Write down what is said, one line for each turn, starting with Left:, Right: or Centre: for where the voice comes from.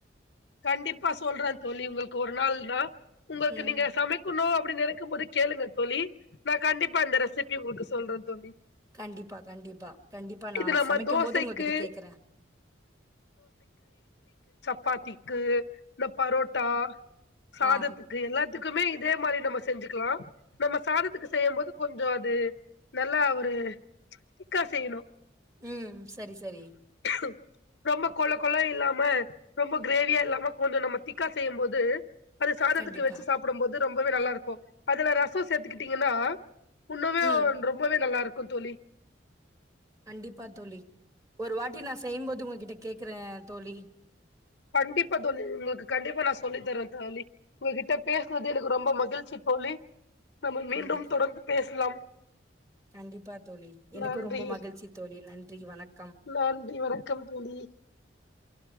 Left: கண்டிப்பா சொல்றே தோழி உங்களுக்கு ஒரு நாள் தா உங்களுக்கு
Right: ம்.
Left: நீங்க சமைக்கநொ அப்டி நினைக்கு போது கேளுங்க தோழி நா கண்டிப்பா அந்த ரெசிபி உங்களுக்கு சே சொல்றே தோழி
Right: கண்டிப்பா கண்டிப்பா கண்டிப்பா நா
Left: இது நம்ம
Right: சமைக்கும்
Left: தோசைக்கு
Right: போது உங்ககிட்ட கேக்குறே
Left: காத்திக்கு இந்த பாரோ அ சாததுக்கு
Right: ஆ.
Left: எல்லா எல்லத்துக்குமே இதே மாரியே நம்ம செஞ்சுக்கலா நம்ம சாதத்துக்கு செய்யும் போது கொஞ்ச அது நல்லா ஒரு திக்கா செய்யணு
Right: ம் சேரி சேரி
Left: ம் ரொம்ப கொல கொலா இல்லாம ரொம்ப கிரேவியா இல்லாம கொஞ்ச நம்ம திக் செய்யு போது அது சாதத்துக்கு
Right: கண்டிப்பா.
Left: வச்சு சாப்பிடு போது ரொம்பவே நல்லா இருக்கு அதுல ரசம் சேர்த்துக்கிட்டீங்கன்னா ஒன்னுமே
Right: ம்.
Left: ரொம்பவே நல்லா இருக் இக்கு தோழி
Right: கண்டிப்பா தோழி ஒரு வாட்டி நா செய்யும்போது உங்க கிட்ட கேக்குறே தோழி
Left: கண்டிப்பா தோழி உங்களுக்கு கண்டிப்பா நா சொல்லி தரேன் தோழி உங்ககிட்ட பேசினது எனக்கு ரொம்ப மகிழ்சி தோழி நம்ம மீண்டும்
Right: கண்டிப்
Left: தொடர்ந்து பேசலாம்
Right: கண்டிப்பா தோழி எனக்கும்
Left: நன்றி
Right: ரொம்ப மகிழ்ச்சி தோழி நன் ன்றி வணக்
Left: நன்றி வணக்கம் தோழி